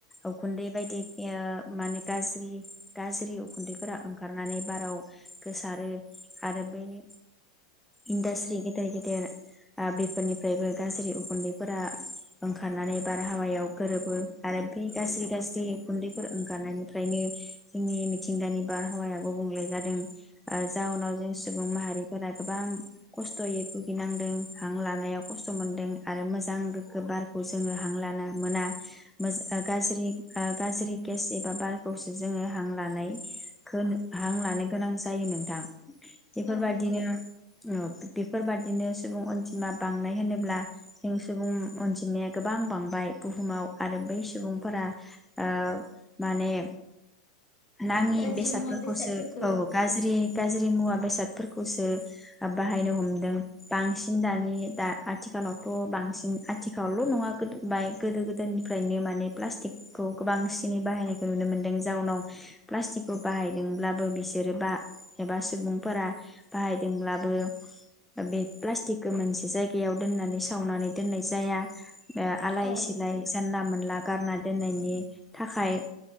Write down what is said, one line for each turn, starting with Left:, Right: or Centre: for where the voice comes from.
Centre: उखुन्दै बायदि ओ माने गाज्रि गाज्रि उखुन्दैफोरा ओंखारनानै बाराव गोसारो आरो बैनि इन्डास्ट्रि गेदेर गेदेर आ बेफोरनिफ्रायबो गाज्रि उखुन्दैफोरा ओंखारनानै बारहावायाव गोरोबो आरो बे गाज्रि गाज्रि उखुन्दैफोर ओंखारनायनिफ्रायनो जोंनि मिथिंगानि बारहावाया गुबुंले जादों। ओ जाउनाव जों सुबुं माहारिफोरा गोबां खस्थ'यै भुगिनांदों हां लानायाव खस्थ' मोनदों आरो मोजां गोगो बारखौ जोङो हां लाना मोना मोजां गाज्रि ओ गाज्रि गेस एबा बारखौसो जोङो हां लानायखौ हां लानो गोनां जायो नोंथां। बेफोरबादिनो।
Left: औ नंगौ
Centre: ओ बेफोरबादिनो सुबुं अनजिमा बांनाय होनोब्ला जों सुबुं अनजिमाया गोबां बांबाय बुहुमाव आरो बै सुबुंफोरा ओ माने नाङि
Left: गाज्रि
Centre: बेसादफोरखौसो
Left: मुवा बेसादफोरखौ
Centre: औ गाज्रि। गाज्रि मुवा बेसादफोरखौसो बाहायनो हमदों बांसिन दानि दा आथिखालावथ' बांसिन आथिखालावल' नङा बाय गोदो गोदायनिफ्रायनो माने प्लास्टिकखौ गो बांसिनै बाहायनायखौ नुनो मोन्दों जाउनाव प्लास्टिकखौ बाहायदोंब्लाबो बिसोर बा एबा सुबुंफोरा बाहायदोंब्लाबो बे प्लास्टिकखौ मोनसे जायगायाव दोननानै सावनानै दोननाय जाया आलाय
Left: औ
Centre: सिलाय जानला मोनला गारना दोननायनि थाखाय